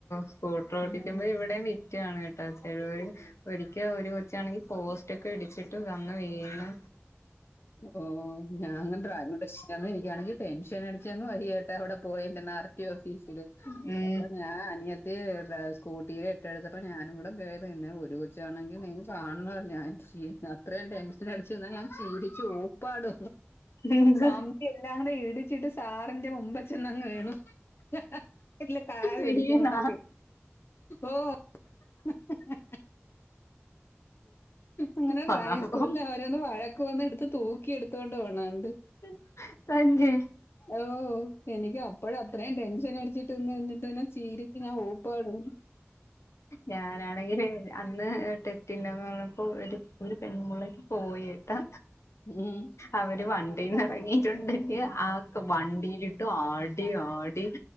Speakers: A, on the left; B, on the left.
A: സ്കൂട്ടർ ഓട്ടിക്കുമ്പോ
B: ആഹ്
A: ഇവിടെ വി റ്റാണ്ക്കേട്ടാ ചെലോര് ഒരിക്ക ഒരു മിചാണെങ്കി പോസ്റ്റ്ഒക്കെ ഇടിച്ചിട്ട് വന്ന് വീണു
B: ഓ ഞാൻ ഡ്രാഗെൻ ടെസ്റ്റ്‌ വന്നെരിക്കാണെങ്കിൽ ടെൻഷൻ അടിച്ചങ്ങ് വെയ്യാട്ടാ അവിടെ പോയന്റെ നർ ട്ടി ഓഫീസില്
A: ഉം
B: അപ്പൊ ഞാൻ അനിയ ത്തിയെ ഡ്രാവ് സ്കൂട്ടിലെ എട്ട്എട്ത്തപ്പേ ഞാനുംകൂടെ കേറി നിന്നെ, ഒരു കൊച്ചാണെങ്കി നീ കാണണോ ഞാൻ ചീ അത്രെയും ടെൻഷൻ അടിച്ചു നിന്ന ഞാൻ ചിന്തി ചൂപ്പാട്
A: എന്ത്
B: കമ്പി എല്ലാരെയും ഇടിച്ചിട്ട് സാറിന്റെ മുബ്ബിൽ ചന്നങ്ങ് വീണു വണ്ടിലെ കാൽ
A: വീണാ
B: പിടിക്കി ഇങ്ങപൊഴി ഓഹ് ഹി. ഹി അങ്ങനെ ഡ്രൈവിംഗ്
A: പാവം
B: സ്കൂളിൽ അവരേന്ന് വഴക്ക് വന്ന് ഇട്ത്ത് തൂക്കി എടുത്തോണ്ട് പോണ കണ്ട്
A: ഹി തഞ്ചേ
B: ഓ ഓഹോ എനിക്ക് അപ്പള അത്രയും ടെൻഷൻ അടിച്ചി ട്ട് ഇന്ന് എന്നിട്ട്ന്നെ ചീരിച്ച് ഞാൻ ഓപ്പാടൊ
A: ഞാനാണെങ്കിൽ അന് ന്ന് ടെസ്റ്റ് ഇല്ലാന്ന് പറഞ്ഞപ്പോ ഒരു ഒരു പെൺമുള്ളേക്ക് പോയേട്ടാ
B: ഉം
A: അവര് വണ്ടിന്ന് എറങ്ങിയിട്ടുണ്ടില് ആഹ് വണ്ടീല് ആടി ആടി